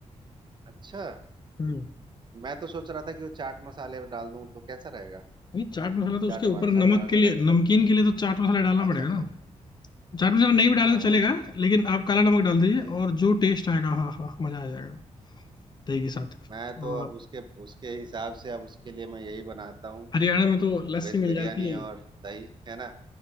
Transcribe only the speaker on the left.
हम्म।
नहीं चाट मसाला तो उसके
ऊपर
नमक
के लिए नमकीन के लिए तो चाट मसाला डालना
पड़ेगा
ना चाट मसाला नहीं भी डाले
तो चलेगा लेकिन आप काला नमक डाल दीजिए
और जो टेस्ट आएगा हाँ हाँ मजा आ जाएगा दही के साथ
और
हरियाणा में तो लस्सी
मिल
जाती है